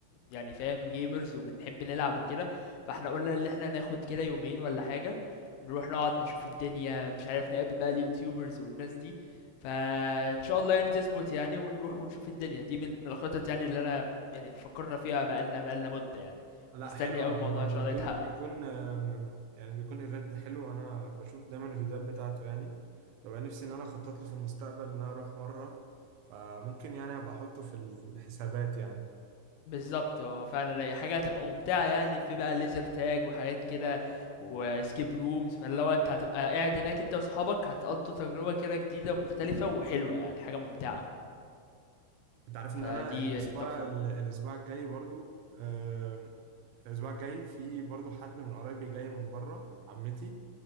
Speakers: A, on the left; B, on the right.
A: يعني فاهم جيمرز وبنحب نلعب وكده فاحنا قلنا ان احنا ناخد كده يومين ولا حاجة نروح نقعد نشوف الدنيا مش عارف نقابل بقى اليوتيوبرز والناس دي فان شاء الله يعني تظبط يعني ونروح ونشوف الدنيا دي من من الخطط يعني اللي انا يعني فكرنا فيها بقالنا بقالنا مدة يعني
B: لا
A: ومستني
B: حلوة
A: اوي الموضوع
B: هو
A: ان شاء
B: بيكون
A: الله يتحقق
B: بيكون آه، يعني بيكون ايفنت حلو وانا بشوف دايما الفيديوهات بتاعته يعني ببقى نفسي ان انا اخطط له في المستقبل ان انا اروح مرة فممكن يعني ابقى احطه في الحسابات يعني
A: بالضبط آه، فعلًا لا هي حاجة هتبقى ممتعة يعني في بقى laser tag وحاجات كده وescape rooms فاللي هو أنت هتبقى قاعد هناك أنت وأصحابك هتقضّوا تجربة كده جديدة ومختلفة وحلوة، يعني حاجة ممتعة،
B: انت عارف ان
A: فدي
B: انا الاسبوع
A: تحفة.
B: الاسبوع الجاي برضو آم، الاسبوع الجاي في برضو حد من قرايبي جاي من بره عمتي